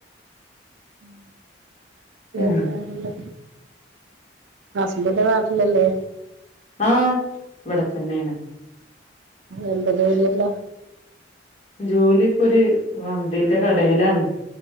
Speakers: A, on the right; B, on the left.
A: ഉം
B: ഉം
A: എല്ലാം ഉള്ളപ്പം ഹസ്ബൻ്റ് നാട്ടിലല്ലേ
B: ആ ഇവിടെ തന്നെയാണ്
A: എന്റത് വരണില്ല
B: ജോലി ഇപ്പോ ഒര് വന്ന് ണ്ടിന്റെ കടേലാണ്